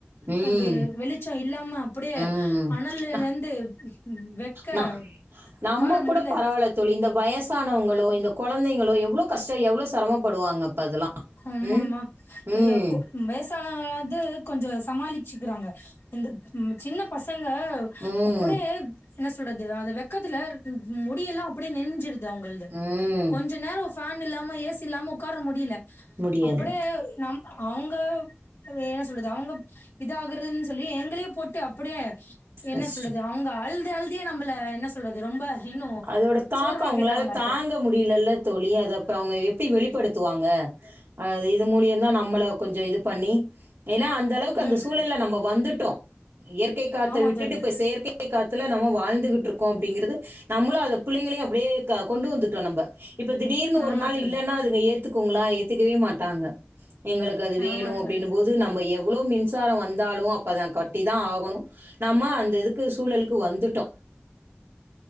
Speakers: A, on the right (about 80°); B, on the left (about 80°).
A: ம்.
B: அ வெ வெளிச்சோ இல்லாம அப்படியே
A: ம்.
B: அ னழிழந்து வெக்க
A: நா நம்ம
B: உக்கார
A: கூட
B: முடியல
A: பரவால தோழி இந்த வயசானவங்களோ இந்த கொழந்தைங்களோ எவ்வளோ கஷ்டோ எவ்வளோ செரமப்படுவாங்க அப்ப அதெல்லா
B: ஆமாமா
A: ம்
B: நீங்க
A: ம்
B: கோ வேசானங்களாவது கொஞ்சோ சமாளிச்சு க்றாங்க இந்த ம் சின்ன பசங்க
A: ம்
B: அப்படியே என்ன சொல்றது அது வெக்கத்துல முடியெல்லா அப்படியே நெஞ்சிருது அவங்களது
A: ம்
B: கொஞ்ச நேரோ ஃபேன் இல்லாம ஏசி இல்லாம உக்கார முடில
A: முடியாது
B: அப்படே நம் அவங்க என்ன சொல்றது அவங்க இதாகறதுன் சொல்லி எங்களே போட்டு அப்படியே என்ன
A: கஷ்ட
B: சொல்றது அவங்க அழுது அழுதியே நம்மள என்ன சொல்றது ரொம்ப இன்னு
A: அதோட தாக்க
B: சோர்வாக்கிடுறாங்க
A: அவங்களால
B: அப்போ
A: தாங்க முடியலல்ல தோழி அது அப்பற அவங்க எப்டி வெளி ப்படுத்துவாங்க அ இது மூலியுந்தா நம்மள கொஞ்சோ இது பண்ணி ஏன்னா அந்த அளவுக்கு
B: ம்
A: அந்த சூழல நம்ம வந்துட்டோ இயற்கை காத்த
B: ஆமா
A: விட்டுட்டு
B: தோழி
A: இப்ப செயற்கை காத் த்துல நம்ம வாழ்ந்துகிட்ருக்கோ அப்டிங்கிறது நம்மளு அத பிள்ளைங்களையு அப்டியே க கொண்டு வந்துட்டோ நம்ப இப்ப திடீர்னு
B: ஆமா
A: ஒரு நாள்
B: தோழி
A: இல்லன்னா அதுங்க ஏத்துக்கோங்களா ஏ த்துக்கவே மாட்டாங்க எங்களுக்கு அது வேணு
B: ஆமா
A: அப்டின்னும்போது
B: தோழி
A: நம்ம எவ் வளோ மின்சாரோ வந்தாலு அப்ப தா கட்டி தா ஆகணு நம்ம அந்த இதுக்கு சூழலுக் கு வந்துட்டோ